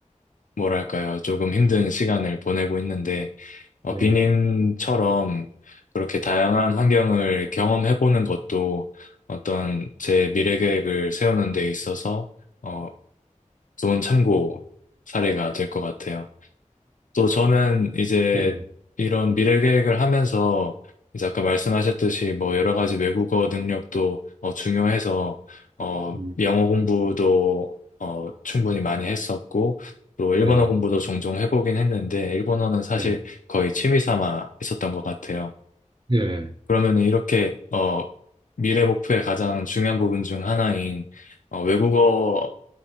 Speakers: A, on the left (about 75°); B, on the right (about 40°).
A: 뭐랄까요 조금 힘든 시간을 보내고 있는데 어,
B: 네,
A: 비님처럼 그렇게 다양한 환경을 경험해보는 것도 어떤 제 미래 계획을 세우는 데 있어서 어, 좋은 참고 사례가 될 것 같아요. 또 저는 이제
B: 네,
A: 이런 미래 계획을 하면서 이제 아까 말씀하셨듯이 뭐 여러 가지 외국어 능력도 어, 중요해서 어,
B: 음,
A: 영어 공부도 어, 충분히 많이 했었고 또 일본어
B: 네,
A: 공부도 종종 해보긴 했는데 일본어는 사실
B: 네,
A: 거의 취미 삼아 했었던 것 같아요.
B: 네.
A: 그러면은 이렇게 어, 미래 목표의 가장 중요한 부분 중 하나인 어, 외국어